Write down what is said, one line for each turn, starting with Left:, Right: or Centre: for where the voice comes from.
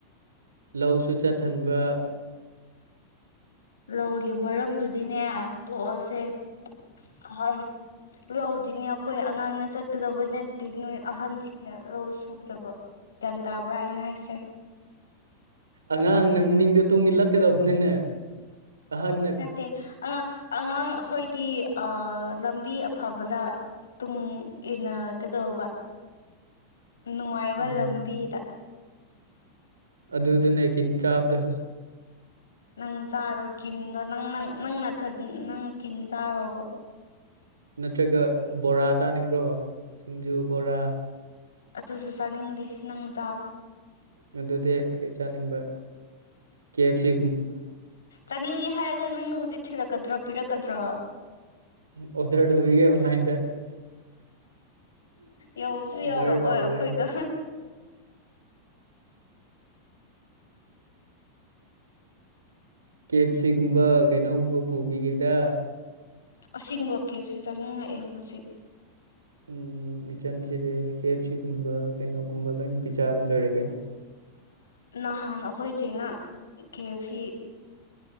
Right: ꯂꯧꯁꯨ ꯆꯠꯊꯟꯕ
Left: ꯂꯧꯒꯤ ꯃꯔꯝꯗꯨꯗꯤꯅꯦ ꯇꯣꯛꯑꯁꯦ ꯑꯍꯟ ꯂꯧꯗꯤꯅꯦ ꯑꯩꯈꯣꯏ ꯑꯉꯥꯡꯅ ꯆꯠꯀꯗꯕ ꯅꯠꯇꯦ ꯅꯣꯏ ꯑꯍꯟꯁꯤꯡꯅ ꯂꯧ ꯁꯨꯒꯗꯕ ꯇꯦꯟ ꯇꯔ ꯄ ꯑꯥꯏꯅ ꯍꯥꯏꯁꯦ
Right: ꯑꯉꯥꯡꯅ ꯅꯤꯡꯗ ꯇꯨꯡꯒꯤꯂꯛꯀꯗꯧꯕꯅꯅꯦ ꯑꯍꯟ
Left: ꯅꯠꯇꯦ ꯑꯉꯥꯡ ꯑꯉꯥꯡ ꯑꯩꯈꯣꯏꯗꯤ ꯑ ꯂꯝꯕꯤ ꯑꯐꯕꯗ ꯇꯨꯡ ꯏꯟꯅ ꯀꯗꯣꯕ ꯅꯨꯡꯉꯥꯏꯕ
Right: ꯎꯝ
Left: ꯂꯝꯕꯤꯗ
Right: ꯑꯗꯨꯗꯨꯅꯦ ꯀꯤꯟ ꯆꯥꯕꯗ
Left: ꯅꯪ ꯆꯥꯔꯣ ꯀꯤꯟꯗꯣ ꯅꯪ ꯅ ꯅꯪ ꯅ ꯅꯪ ꯀꯤꯟ ꯆꯥꯔꯣꯕ
Right: ꯅꯠꯇ꯭ꯔꯒ ꯕꯣꯔꯥ ꯆꯥꯅꯤꯡꯕ꯭ꯔꯣ ꯁꯤꯡꯖꯨ ꯕꯣꯔꯥ
Left: ꯑꯗꯨꯁꯨ ꯆꯅꯤꯡꯗꯦ ꯅꯪ ꯇꯥꯎ
Right: ꯑꯗꯨꯗꯤ ꯀꯔꯤ ꯆꯥꯅꯤꯡꯕ ꯀꯦ ꯑꯦꯐ ꯁꯤ
Left: ꯆꯥꯅꯤꯡꯉꯦ ꯍꯥꯏꯔꯒ ꯅꯪ ꯍꯧꯖꯤꯛ ꯊꯤꯜꯂꯛꯀꯗ꯭ꯔꯣ ꯄꯤꯔꯛꯀꯗ꯭ꯔꯣ
Right: ꯑꯣꯗꯔ ꯇꯧꯕꯤꯒ ꯑꯣꯟꯂꯥꯏꯟꯗ
Left: ꯌꯧꯁꯨ
Right: ꯃꯗꯦꯔꯗꯔꯒ
Left: ꯌꯧꯔꯛꯑꯣꯏ ꯑꯩꯈꯣꯏꯗꯣ
Right: ꯀꯦ ꯑꯦꯞ ꯁꯤꯒꯨꯝꯕ ꯀꯩꯅꯣꯒꯨꯝꯕ ꯄꯨꯕꯤꯒꯦꯗ
Left: ꯑꯁꯦꯡꯕ ꯦꯞꯁꯤ ꯆꯪꯅꯤꯡꯉꯛꯑꯦ ꯍꯧꯖꯤꯛ
Right: ꯎꯝ ꯏꯆꯟꯁꯤꯗꯤ ꯀꯦ ꯑꯦꯞ ꯁꯤꯒꯨꯝꯕ ꯀꯩꯅꯣꯒꯨꯝꯕ ꯂꯣꯏꯅ ꯄꯤꯆꯥꯔ ꯂꯣꯏꯔꯦ ꯀꯩꯅꯣ
Left: ꯅꯍꯥꯟ ꯑꯩꯈꯣꯏ ꯆꯦꯅ ꯈꯦꯞꯁꯤ